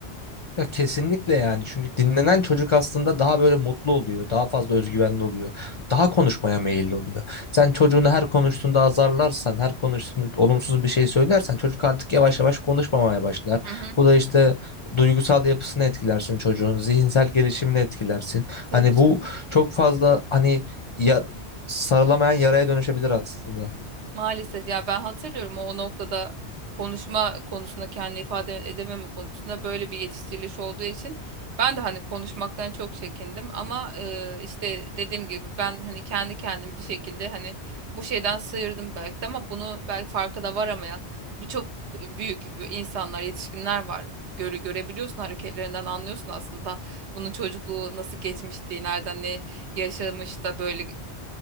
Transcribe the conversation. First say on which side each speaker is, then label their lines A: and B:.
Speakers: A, on the left (about 50°); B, on the right (about 80°).
A: ya kesinlikle yani çünkü dinlenen çocuk aslında daha böyle mutlu oluyor. Daha fazla özgüvenli oluyor. Daha konuşmaya meyilli oluyor. Sen çocuğunu her konuştuğunda azarlarsan, her konuştuğunda olumsuz bir şey söylersen çocuk artık yavaş yavaş konuşmamaya başlar.
B: Hı hı.
A: Bu da işte duygusal yapısını etkilersin çocuğun, zihinsel gelişimini etkilersin.
B: Tabii
A: Hani
B: canım.
A: bu çok fazla hani ya- sarılamayan yaraya dönüşebilir aslında.
B: Maalesef ya ben hatırlıyorum o noktada konuşma konusunda kendini ifade edememe konusunda böyle bir yetiştiriliş olduğu için ben de hani konuşmaktan çok çekindim ama e, işte dediğim gibi ben hani kendi kendimi bir şekilde hani bu şeyden sıyırdım belki de ama bunu belki farkına varamayan birçok büyük insanlar yetişkinler var. Görü görebiliyorsun hareketlerinden anlıyorsun aslında bunun çocukluğu nasıl geçmişti, nereden ne yaşamış da böyle